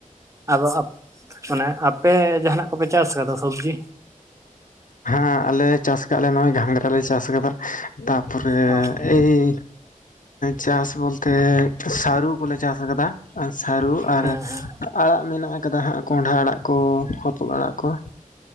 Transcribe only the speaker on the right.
ᱟᱫᱚ ᱟᱯ, ᱢᱟᱱᱮ ᱟᱯᱮ ᱡᱟᱦᱟᱸᱱᱟᱜ ᱠᱚᱯᱮ ᱪᱟᱥ ᱠᱟᱫᱟ ᱥᱚᱵᱽᱡᱤ?
ᱚ
ᱦᱮᱸ ᱦᱮᱸ